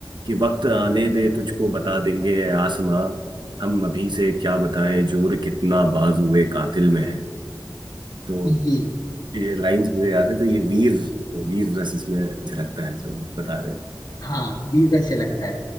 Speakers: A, on the right (about 70°); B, on the left (about 55°).
A: कि वक्त आने दे तुझको बता देंगे ए आसमां हम अभी से क्या बताएं जोर कितना बाजुए कातिल में है तो
B: ये
A: ये लाइंस मुझे याद है तो ये वीर वीर रस इसमें झलकता है जो आप बता रहे हैं
B: हाँ वीर रस ये लगता है